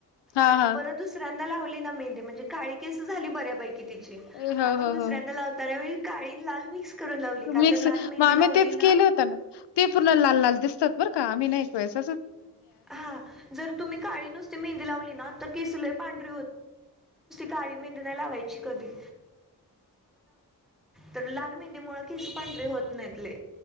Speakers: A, on the left; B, in the centre.
A: हां,
B: आणि
A: हां.
B: परत दुसऱ्या लावली ना मेंदे म्हणजे काळी केस झाली बऱ्यापैकी ति
A: हो,
B: मग
A: हो,
B: दुसऱ्या
A: हो, हो.
B: लावताना काळी लाल मिक्स करून लावली
A: मिक्स
B: का तर लाल मेहंदी
A: मग आम्ही
B: लावली
A: तेच केले होत ना ते पूर्ण लाल लाल दिसतात बर का आम् नाही कैस
B: हा जर तुम्ही काळी नुसती मेहंदी लावली ना पतातण का कधी तर लाल मेहंदी मु खिस पांढरी होत नाहीतले